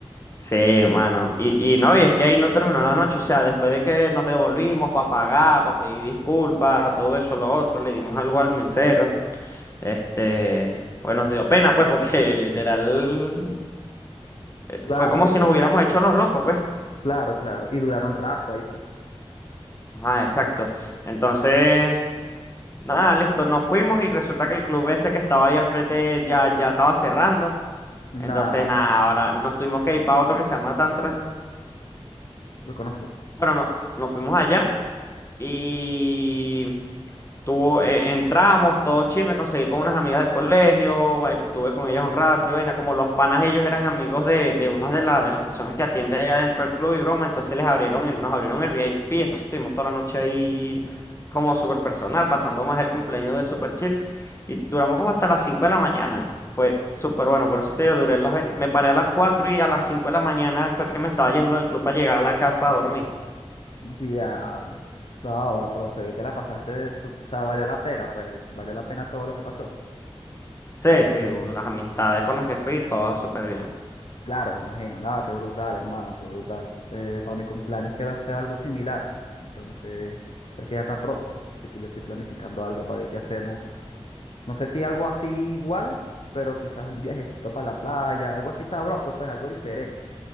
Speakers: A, on the left (about 25°); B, on the left (about 65°).
A: Sí, mano. Y, y no, y es que ahí no terminó la noche. O sea, después de que nos devolvimos para pagar, para pedir disculpas, todo eso, lo otro, le dimos algo al mesero. Este, pues nos dio pena, pues, porque <laughs> literal eh, fue
B: Claro,
A: como
B: y-
A: si nos hubiéramos hecho los locos, pues.
B: claro, claro. Y duraron un rato ahí, pues.
A: Ah, exacto. Entonces, nada, listo, nos fuimos y resulta que el club ese que estaba ahí al frente ya, ya estaba cerrando.
B: Nada.
A: Entonces, nada, ahora nos tuvimos que ir para otro que se llama Tantra.
B: lo conozco.
A: Bueno, no, nos fuimos allá. Y Tuvo, eh, entramos, todo chill, me conseguí con unas amigas del colegio, bail- tuve con ellas un rato y vaina, como los panas ellos eran amigos de, de unas de, la- de las personas que atienden allá dentro del club y broma, entonces les abrieron el- nos abrieron el VIP, entonces estuvimos toda la noche ahí como súper personal, pasando más el cumpleaños del super chill y duramos como hasta las 5 de la mañana, fue súper bueno, por eso te digo, duré las 20 me paré a las 4 y a las 5 de la mañana fue que me estaba yendo del club para llegar a la casa a dormir.
B: Diablo. No, va, pero se ve que la pasaste de su- O sea, valió la pena, pues, valió la pena todo lo que pasó.
A: Sí, sí, las amistades con las que fui, todas súper bien.
B: Claro, me imagino. No, qué brutal, hermano, qué brutal. Eh, para mi cumpleaños quiero hacer algo similar. Entonces, sé que ya está pronto, así que yo estoy planificando algo para ver qué hacemos. No sé si algo así igual, pero quizás un viajecito para la playa, algo así sabroso, pues algo diferente.